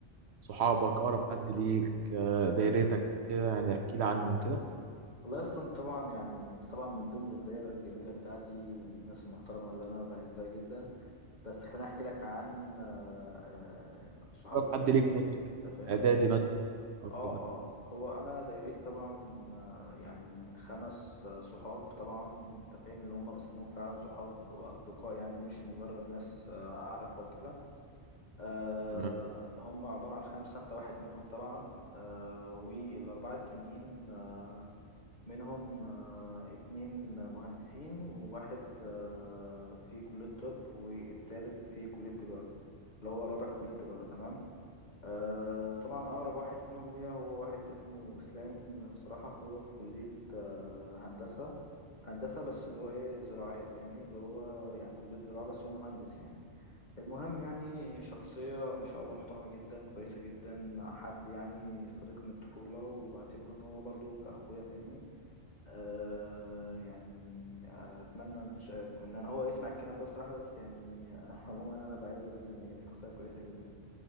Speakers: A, on the right; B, on the left.
A: صحابك اقرب حد ليك آه، دايرتك كده يعني احكي لي عنهم كده
B: والله يا اسطى انت طبعا يعني انت طبعا من ضمن الدايره الجميله بتاعتي من الناس المحترمه اللي انا بعزها جدا بس خليني احكي لك عن آه، آه، صحابي
A: اقرب
B: التانيين
A: حد ليك في فترة
B: انت فاهم
A: اعدادي مثلا او
B: اه
A: كده
B: اه هو انا دايرتي طبعا آه، يعني من خمس آه، صحاب طبعا انت فاهم اللي هم بسموهم فعلا صحاب واصدقاء يعني مش مجرد ناس آه، اعرفها وكده آه،
A: تمام
B: هم عباره عن خمسه انت واحد منهم طبعا آه، والاربعه التانيين آه، منهم آه، اتنين مهندسين وواحد آه، في كلية طب والتالت في كلية تجارة اللي هو الرابع في كلية تجارة تمام آه، طبعا أقرب واحد فيهم ليا هو واحد اسمه إسلام الصراحة هو في كلية آه، هندسة هندسة بس اللي هو إيه زراعية فاهمني اللي هو يعني كلية زراعة بس هو مهندس يعني المهم يعني شخصية ما شاء الله محترمة جدا كويسة جدا حد يعني صديق من الطفولة وبعتبره إن هو برضه كأخويا فاهمني آه يعني آه، اتمنى ان ش- إن انا هو يسمع الكلام ده الصراحه بس يعني آه، <laughs> عموما انا بعزه جدا يعني شخصيه كويسه جدا